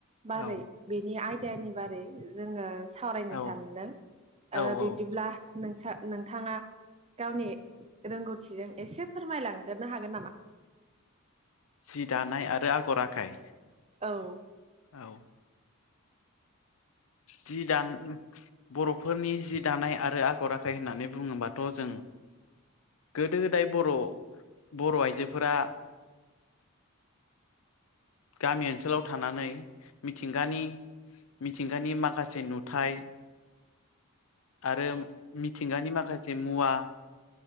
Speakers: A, on the right (about 30°); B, on the left (about 70°).
A: बारै
B: औ
A: बेनि आयदानि बारै जोंङो सावरायनो
B: औ
A: सानदों
B: औ
A: बिब्दिब्ला नोंसा नोंथाङा गावनि रोंगौथिजों एसे फोरमायलांगोरोनो हागोन नामा?
B: सि दानाय आरो आगर आखाइ
A: औ
B: औ जि दान बरफोरनि जि दानाय आरो आगर आ खाइ होननानै बुङोबाथजों गोदो गोदाय बर बर आइजो फोरा गामि ओनसोलाव थानानै मिथिंगानि मिथिंगानि माखासे नुथाय आरो मिथिंगानि माखासे मुवा